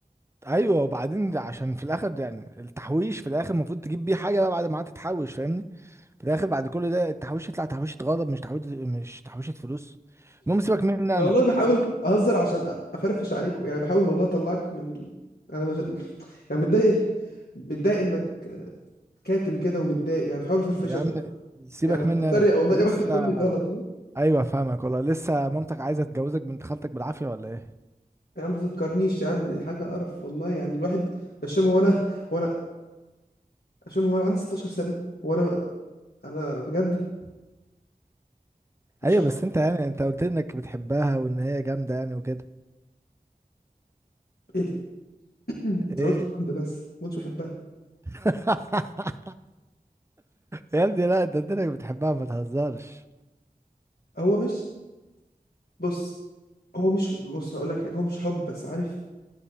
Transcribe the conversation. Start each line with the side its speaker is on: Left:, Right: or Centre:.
Right: ايوه وبعدين عشان في الاخر يعني التحويش في الاخر المفروض تجيب بيه حاجة بقى بعد ما قعدت تحوش فاهمني في الاخر بعد كل ده التحويش يطلع تحويشة غضب مش تحويشة مش تحويشة فلوس المهم سيبك مني
Left: انا
Right: انا
Left: والله بحاول
Right: سيبك
Left: اهزر عشان أ- افرفش عليك يعني بحاول والله اطلعك من ال... انا مش... <laughs> يعني متضايق متضايق انك كاتم كده ومتضايق يعني بحاول افرفشك
Right: يا عم سيبك
Left: يعني أنا
Right: مني
Left: بتريق
Right: انا
Left: والله
Right: لسه
Left: اوعى تفهمني غلط ها؟
Right: ايوه فاهمك والله لسه مامتك عايزه تجوزك بنت خالتك بالعافيه ولا ايه
Left: يا عم ما تفكرنيش يا عم دي حاجه قرف والله يعني الواحد هشام هو انا هو انا هشام هو انا عندي 16 سنه وانا انا بجد مش
Right: ايوه
Left: عارف
Right: بس انت يعني انت قلت لي انك بتحبها وان هي جامده يعني وكده
Left: ايه ده <clears throat> انا
Right: ايه
Left: قلت الكلام ده بس ما كنتش بحبها
Right: <laughs> يا ابني لا انت قلت لك بتحبها ما تهزرش
Left: هو مش بص هو مش بص هقول لك حاجه هو مش حب بس عارف